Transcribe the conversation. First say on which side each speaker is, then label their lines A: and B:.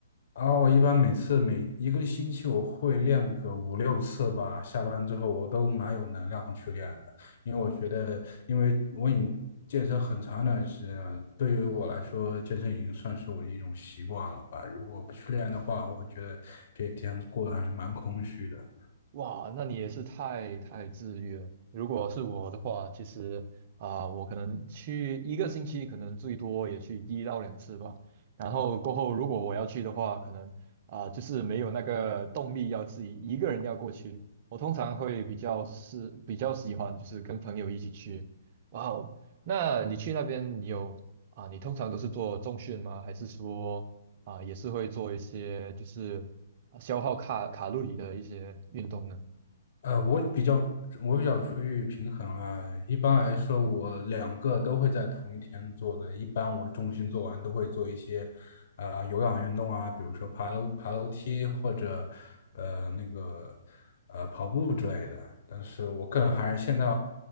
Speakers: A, on the left; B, on the right.
A: 啊，我一般每次每一个星期我会练个五六次吧，下班之后我都蛮有能量去练的，因为我觉得，因为我已经健身很长一段时间了，对于我来说，健身已经算是我的一种习惯了吧。如果不去练的话，我会觉得这一天过得还是蛮空虚的。
B: 哇，那你也是太太自律了。如果是我的话，其实啊、我可能去一个星期，可能最多也去一到两次吧。然后过后，如果我要去的话，可能啊、就是没有那个动力要自己一个人要过去。我通常会比较是比较喜欢就是跟朋友一起去。哇哦，那你去那边你有啊、你通常都是做重训吗？还是说啊、也是会做一些就是？啊消耗卡卡路里的一些运动呢？
A: 呃，我比较我比较出于平衡啊，一般来说我两个都会在同一天做的，一般我重心做完都会做一些，呃，有氧运动啊，比如说爬楼爬楼梯或者呃那个呃跑步之类的。但是我更还是现在